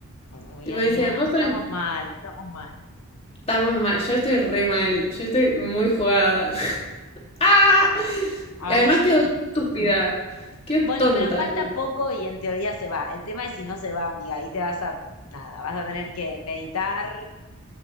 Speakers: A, on the left (about 80°); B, on the left (about 25°).
A: <laughs> Uy,
B: Y
A: amiga,
B: me dice, vos
A: estamos
B: tran-
A: mal, estamos mal.
B: estamos mal. Yo estoy re mal. Yo estoy muy jugada. <laughs> ¡Ah! Y
A: Ay,
B: además
A: sí.
B: quedó estúpida. Quedó
A: Bueno,
B: tonta.
A: pero falta poco y en teoría se va. El tema es si no se va, amiga, ahí te vas a, nada, vas a tener que meditar,